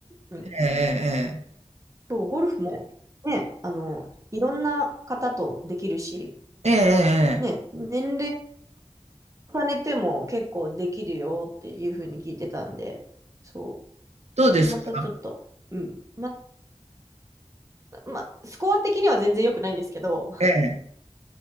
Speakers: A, on the right; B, on the right.
A: うん。
B: ええ、
A: そう、ゴルフもね、あの、いろんな方とできるし、
B: ええ、ええ、え
A: ね、
B: え、ええ
A: 年齢重ねても結構できるよっていうふうに聞いてたんで、そう。
B: どうですか
A: で、またちょっと、うん。ままあ、スコア的には全然良くないんですけど、
B: ええ。